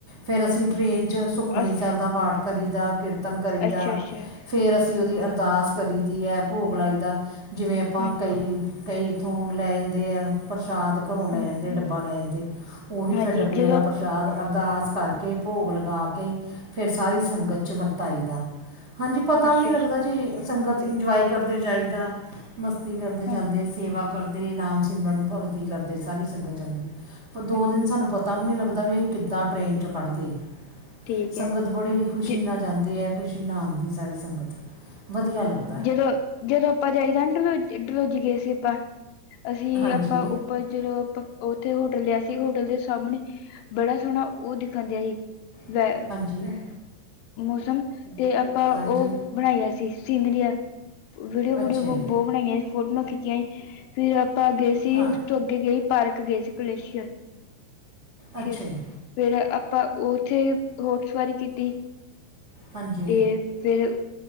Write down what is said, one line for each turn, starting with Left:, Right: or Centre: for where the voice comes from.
Right: ਫਿਰ ਅਸੀਂ ਟਰੇਨ 'ਚ ਸੁਖਮਨੀ
Left: ਅਸ
Right: ਸਾਹਿਬ ਦਾ ਪਾਠ ਕਰੀਦਾ, ਕੀਰਤਨ ਕਰੀਦਾ,
Left: ਅੱਛਾ ਅੱਛਾ
Right: ਫਿਰ ਅਸੀਂ ਉਹਦੀ ਅਰਦਾਸ ਕਰੀ ਦੀ ਹੈ। ਭੋਗ ਲਾਈ ਦਾ, ਜਿਵੇਂ ਆਪਾਂ
Left: ਹਾਂਜੀ
Right: ਕਈ <unintelligible> ਲੈ ਜਾਂਦੇ ਆ, ਪ੍ਰਸ਼ਾਦ ਘਰੋਂ ਲੈ
Left: ਹਮ, ਹਮ,
Right: ਜਾਂਦੇ ਡੱਬਾ ਲੈ ਜਾਂਦੇ, ਉਹੀ
Left: ਹਾਂਜੀ
Right: ਫਿਰ ਡੱਬੇ
Left: ਜਦੋਂ
Right: ਵਾਲਾ ਪ੍ਰਸਾਦ ਪ੍ਰਸਾਦ ਅਰਦਾਸ ਕਰਕੇ ਭੋਗ ਲਗਾ, ਕੇ ਫਿਰ ਸਾਰੀ ਸੰਗਤ 'ਚ ਵਰਤਾਈ ਦਾ। ਹਾਂਜੀ, ਪਤਾ
Left: ਅੱਛਾ
Right: ਵੀ ਨਹੀਂ ਲੱਗਦਾ,
Left: ਅੱਛਾ
Right: ਜੀ ਸੰਗਤ ਇੰਜੋਏ ਕਰਦੇ ਜਾਈਦਾ। ਭਰਤੀ ਕਰਦੇ
Left: ਹਾਂਜੀ
Right: ਜਾਂਦੇ, ਸੇਵਾ ਕਰਦੇ, ਨਾਮ ਸਿਮਰਨ, ਭਗਤੀ ਕਰਦੇ ਸਾਰੀ ਸੰਗਤ ਜਾਂਦੀ। ਉਹ ਦੋ
Left: ਹਾਂਜੀ
Right: ਦਿਨ ਸਾਨੂੰ ਪਤਾ ਵੀ ਨਹੀਂ ਲੱਗਦਾ ਵੀ ਅਸੀਂ ਕਿੱਦਾਂ ਟਰੇਨ 'ਚੋਂ ਕੱਢਦੇ ਹਾ।
Left: ਠੀਕ
Right: ਸੰਗਤ
Left: ਹੈ
Right: ਬੜੀ ਖ਼ੁਸ਼ੀ
Left: ਜ
Right: ਨਾਲ ਜਾਂਦੀ ਹੈ। ਖ਼ੁਸ਼ੀ ਨਾ ਆਉਂਦੀ, ਸਾਰੀ ਸੰਗਤ ਵਧੀਆ ਲੱਗਦਾ।
Left: ਜਦੋਂ, ਜਦੋਂ ਆਪਾਂ ਜਾਈਦਾ ਡੋ ਡਲੋਜੀ ਗਏ ਸੀ। ਆਪਾਂ ਅਸੀਂ
Right: ਹਾਂਜੀ
Left: ਆਪਾਂ ਪਰ ਜਦੋਂ ਆਪਾਂ, ਉੱਥੇ ਹੋਟਲ ਲਿਆ ਸੀ। ਹੋਟਲ ਦੇ ਸਾਹਮਣੇ ਬੜਾ <unintelligible>
Right: ਸੀ ਹਾਂਜੀ,
Left: ਮੌਸਮ ਤੇ ਆਪਾਂ,
Right: ਹਾਂਜੀ।
Left: ਉਹ ਬਣਾਈਆ ਸੀ। ਸੀਨਰੀਆਂ ਵੀਡੀਓ
Right: ਅੱਛਾ
Left: ਵਡੀਓ ਬਹੁਤ
Right: ਜੀ।
Left: ਬਣਾਈਆਂ। ਫੋਟੋਆਂ ਖਿੱਚੀਆਂ ਸੀ। ਫਿਰ, ਆਪਾਂ ਅੱਗੇ ਇਸ
Right: ਹਾਂ।
Left: ਤੋਂ ਅੱਗੇ ਗਏ, ਪਾਰਕ ਗਏ ਸੀ <unintelligible>
Right: ਅੱਛਾ ਜੀ,
Left: ਫਿਰ, ਆਪਾਂ ਉੱਥੇ ਘੋਰ ਸਵਾਰੀ ਕੀਤੀ।
Right: ਹਾਂਜੀ।
Left: ਤੇ ਫਿਰ,